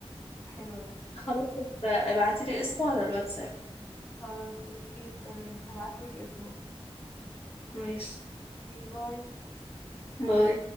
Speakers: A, on the left; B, on the left.
A: وحلوة
B: خلاص ابعتيلي اسمه على الواتساب
A: خلاص اوكي تمام هبعتلك اسمه
B: ماشي
A: باي باي
B: باي